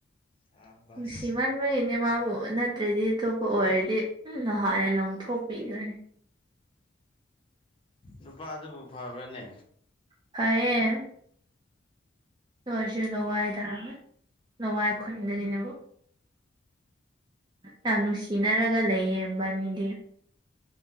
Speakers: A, on the left; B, on the right.
A: ꯁꯥꯕꯁ
B: ꯅꯨꯡꯁꯤꯃꯟ ꯑꯗꯨꯒꯤꯅꯦ ꯃꯥꯕꯨ ꯅꯠꯇ꯭ꯔꯗꯤ ꯑꯇꯣꯞꯄ ꯑꯣꯏꯔꯗꯤ ꯍꯥꯟꯅ ꯂ ꯂꯧꯊꯣꯛꯄꯤꯈꯅꯤ
A: ꯅꯨꯄꯥꯗꯨꯕꯨ ꯐꯕ꯭ꯔꯅꯦ
B: ꯐꯩꯌꯦ ꯑꯗꯣ ꯑꯩꯁꯨ ꯂꯋꯥꯏ ꯇꯥꯔ ꯂꯋꯥꯏ ꯈꯨꯟꯗꯒꯤꯅꯦꯕ ꯌꯥꯝ ꯅꯨꯡꯁꯤꯅꯔꯒ ꯂꯩꯌꯦ ꯃꯕꯅꯤꯗꯤ